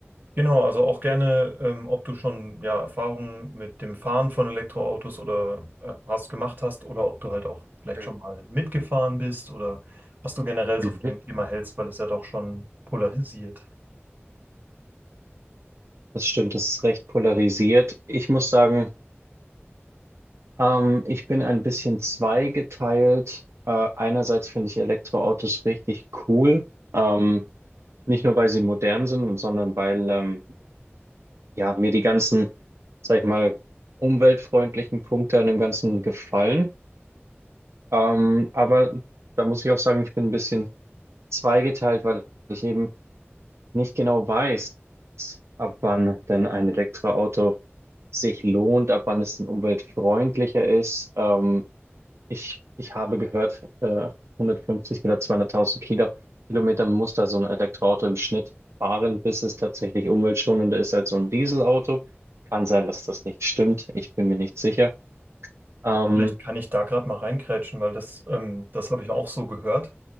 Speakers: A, on the right; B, on the right.
A: Genau, also auch gerne, ähm, ob du schon ja, Erfahrungen mit dem Fahren von Elektroautos oder äh, hast gemacht hast oder ob du halt auch vielleicht
B: du?
A: schon mal mitgefahren bist oder was du generell so
B: Mhm.
A: von dem Thema hältst, weil es ja doch schon polarisiert.
B: Das stimmt, das ist recht polarisiert. Ich muss sagen, ähm, ich bin ein bisschen zweigeteilt. Äh, einerseits finde ich Elektroautos richtig cool, ähm, nicht nur weil sie modern sind, sondern weil ähm, ja, mir die ganzen, sag ich mal, umweltfreundlichen Punkte an dem Ganzen gefallen. Ähm, aber da muss ich auch sagen, ich bin ein bisschen zweigeteilt, weil ich eben nicht genau weiß, ab wann denn ein Elektroauto sich lohnt, ab wann es denn umweltfreundlicher ist. Ähm, ich, ich habe gehört, äh, 150 oder 200.000 Kilo, Kilometer muss da so ein Elektroauto im Schnitt fahren, bis es tatsächlich umweltschonender ist als so ein Dieselauto. Kann sein, dass das nicht stimmt. Ich bin mir nicht sicher. Ähm,
A: Vielleicht kann ich da gerade mal reingrätschen, weil das, ähm, das habe ich auch so gehört.